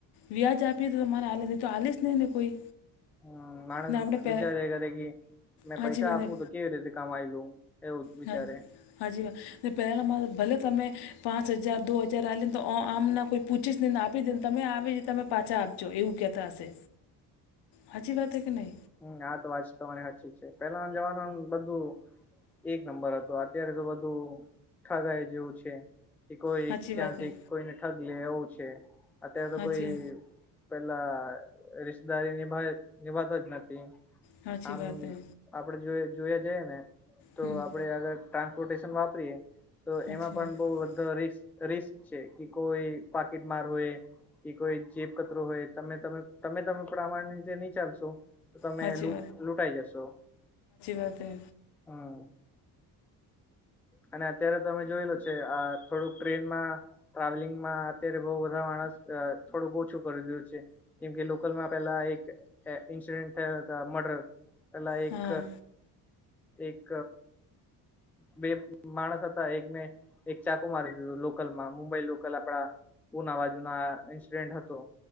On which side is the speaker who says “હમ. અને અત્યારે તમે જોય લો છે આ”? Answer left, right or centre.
Centre